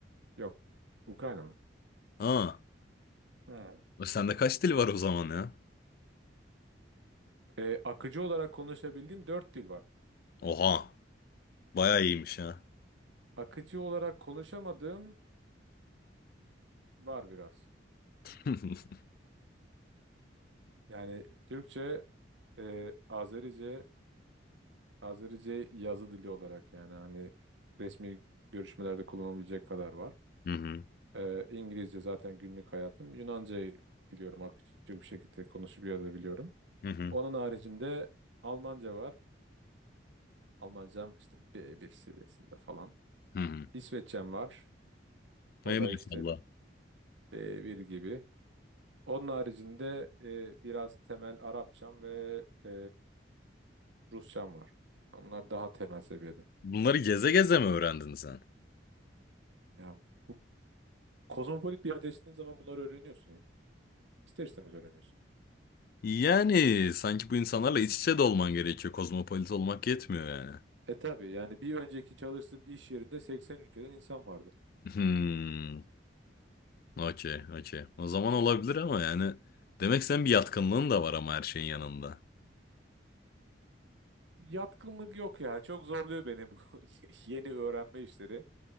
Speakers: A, on the right; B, on the left.
A: yok Ukraynalı.
B: Ha,
A: Hı.
B: E, sende kaç dil var o zaman ya?
A: E, akıcı olarak konuşabildiğim dört dil var.
B: Oha, bayağı iyiymiş ha.
A: Akıcı olarak konuşamadığım var biraz.
B: <laughs>
A: Yani Türkçe, e, Azerice, Azerice yazı dili olarak yani hani resmi görüşmelerde kullanılabilecek kadar var.
B: Hı hı.
A: E, İngilizce zaten günlük hayatım. Yunanca'yı biliyorum, akıcı bir şekilde konuşup yazabiliyorum.
B: Hı hı.
A: Onun haricinde Almanca var. Almancam işte B1 seviyesinde falan.
B: Hı hı.
A: İsveççem var. O
B: Ey
A: da
B: maşallah.
A: işte B1 gibi. Onun haricinde e, biraz temel Arapçam ve e, Rusçam var. Onlar daha temel seviyede.
B: Bunları geze geze mi öğrendin sen?
A: Ya bu kozmopolit bir yerde yaşadığın zaman bunları öğreniyorsun ya. İster istemez öğreniyorsun.
B: Yani sanki bu insanlarla iç içe de olman gerekiyor. Kozmopolit olmak yetmiyor yani.
A: E tabii yani bir önceki çalıştığım iş yerinde 80 ülkeden insan vardı.
B: Hmm. Okey, okey. O zaman olabilir ama yani demek senin bir yatkınlığın da var ama her şeyin yanında.
A: Yatkınlık yok ya. Çok zorluyor beni bu <laughs> yeni öğrenme işleri.